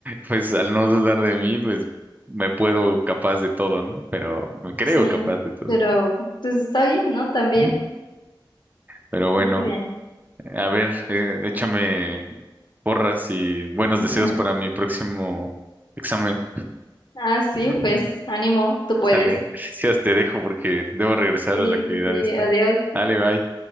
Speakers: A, on the right (about 20°); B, on the left (about 60°).
A: pues al no dudar de mí, pues me puedo capaz de todo, ¿no? Pero me creo
B: Sí,
A: capaz de todo.
B: pero pues está bien, ¿no? También.
A: Mm. Pero bueno,
B: Qué bien.
A: a ver, eh, échame porras y buenos
B: <laughs>
A: deseos para mi próximo examen.
B: Ah, sí,
A: <laughs>
B: pues ánimo, tú puedes.
A: Sale, gracias, te dejo porque debo regresar
B: Sí,
A: a la actividad
B: sí, sí,
A: esta.
B: adiós.
A: Dale, bye.